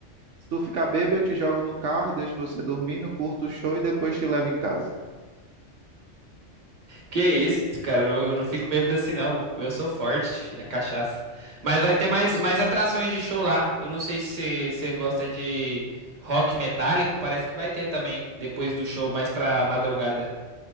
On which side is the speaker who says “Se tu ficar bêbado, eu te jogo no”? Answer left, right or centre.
Right